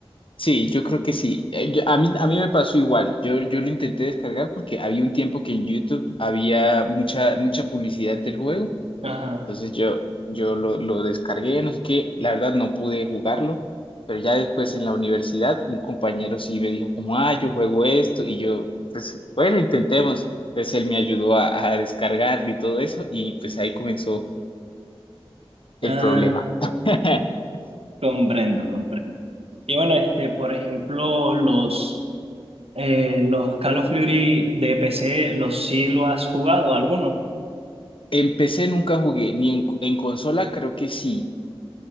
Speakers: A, on the left; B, on the right.
A: Sí, yo creo que sí. Eh, yo- a mí, a mí me pasó igual. Yo, yo lo intenté descargar porque había un tiempo que en YouTube había mucha, mucha publicidad del juego.
B: ajá.
A: Entonces yo, yo lo, lo descargué, no sé qué. La verdad no pude jugarlo, pero ya después en la universidad un compañero sí me dijo como, ah, yo juego esto. Y yo, pues bueno, intentemos. Entonces él me ayudó a, a descargarlo y todo eso y pues ahí comenzó
B: Ah,
A: el problema. <laughs>
B: comprendo, comprendo. Y bueno, este, por ejemplo, los, eh, los Call of Duty de PC, ¿los sí lo has jugado alguno?
A: Empecé, nunca jugué, ni en, en consola creo que sí,